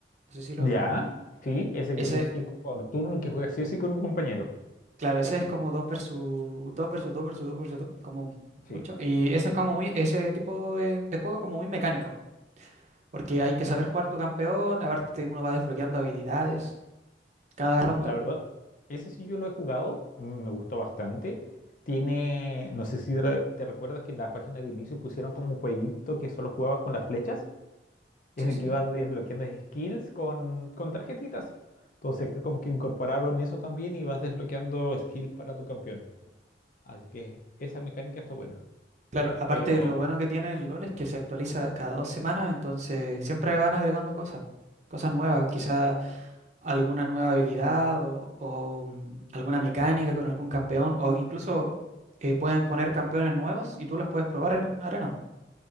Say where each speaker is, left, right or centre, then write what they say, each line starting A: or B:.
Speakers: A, on the right; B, on the left.
A: No sé si lo
B: ya,
A: conoces.
B: sí, ese
A: Ese,
B: que tienes que ir por turno y que juegas sí o sí con un compañero,
A: claro, ese es como 2 versus 2 versus 2 versus 2 versus 2 como
B: sí.
A: mucho. Y eso es como muy, ese tipo de, de juego es como muy mecánico, porque hay que saber jugar tu campeón, a ver, te- uno va desbloqueando habilidades cada ronda.
B: La verdad, ese sí yo lo he jugado, mm, me gustó bastante. Tiene, no sé si re- te recuerdas que en la página de inicio pusieron como un jueguito que solo jugabas con las flechas, en
A: Sí,
B: el
A: sí.
B: que ibas desbloqueando skills con, con tarjetitas. Entonces acá como que incorporaron eso también y vas desbloqueando skills para tu campeón. Así que esa mecánica está buena.
A: Claro, aparte
B: Pero
A: lo bueno que tiene el LOL es que se actualiza cada dos semanas, entonces siempre van agregando cosas, cosas nuevas, quizá
B: sí,
A: alguna nueva habilidad o, o, mm, alguna mecánica con algún campeón, o incluso eh, pueden poner campeones nuevos y tú los puedes probar en arena.